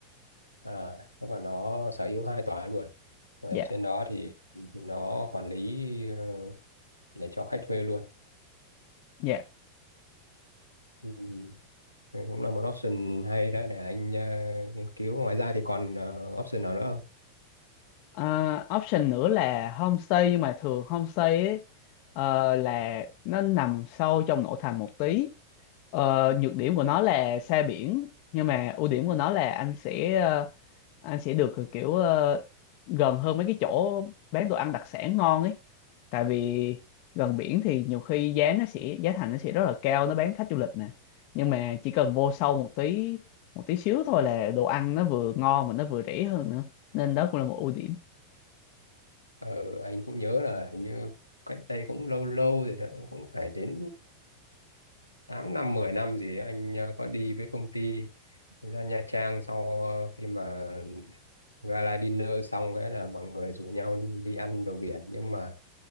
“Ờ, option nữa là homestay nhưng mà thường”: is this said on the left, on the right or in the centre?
Left